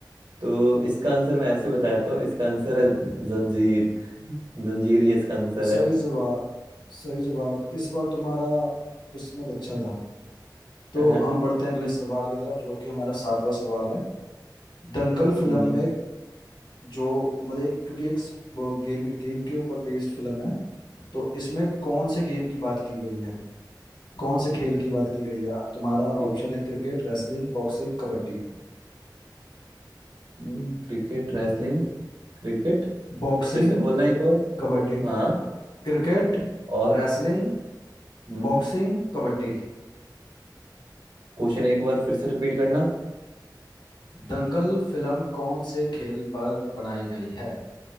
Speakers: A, on the right; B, on the left.
A: तो इसका आंसर मैं ऐसे ही बताता हूँ इसका आंसर है जंजीर <laughs> जंजीर ही इसका आंसर
B: सही
A: है
B: जवाब सही जवाब इस बार तुम्हारा किस्मत अच्छा था तो
A: <laughs>
B: हम बढ़ते हैं अगले सवाल की तरफ जो कि हमारा सातवां सवाल है दंगल फिल्म
A: हम्म
B: में जो मतलब एक- क्योंकि एक स- वो गेम गेम के ऊपर बेस्ड फिल्म है तो इसमें कौन से गेम की बात की गई है कौन से खेल की बात की गई है तुम्हारा
A: ठीक
B: ऑप्शन
A: है
B: है cricket wrestling boxing kabaddi
A: हम्म, Cricket wrestling cricket
B: Boxing
A: फिर से बोलना एक बार
B: kabaddi
A: हाँ
B: cricket
A: और
B: wrestling
A: हम्म
B: boxing kabaddi
A: क्वेश्चन एक बार फिर से रिपीट करना
B: Dangal film कौन से खेल पर बनाई गई है